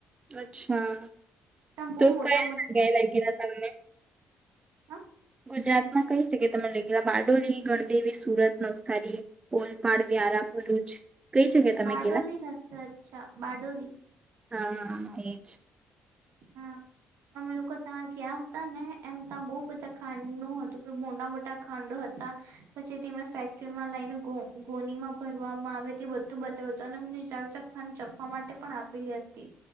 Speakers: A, on the right; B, on the right.
A: અચ્છા
B: ત્યાં બહુ
A: તો
B: મોટા
A: કયા જગ્યાએ લઇ ગયેલા તમને
B: હમ
A: ગુજરાતમાં કઈ જગ્યા તમે લઈ ગયેલા બારડોલી ગણદેવી સુરત નવસારી ઓલપાડ વ્યારા ભરૂચ કઈ જગ્યાએ તમે
B: બારડોલી
A: ગેલા?
B: હશે અચ્છા બારડોલી
A: હા એજ
B: હા અમે લોકો ત્યાં ગયા હતા ને એમ ત્યાં બહ બધા ખાંડ નું હતું મોટ મોટા ખાંડો હતા પછી તમાં ફેક્ટરી માં લઈને ગઉ ગોનીમાં ભરવામાં આવે તે બધું બતાવ્યું હતું અને મ ચકચાક ખા ચખવા માટે પણ આપેલી હતી